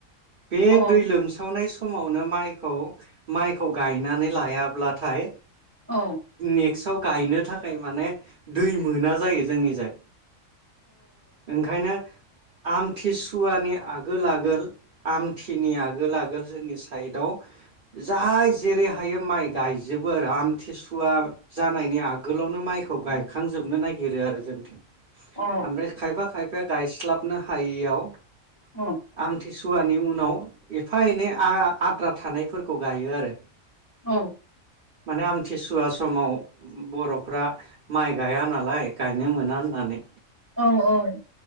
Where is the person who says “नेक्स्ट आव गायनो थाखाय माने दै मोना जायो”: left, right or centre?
Right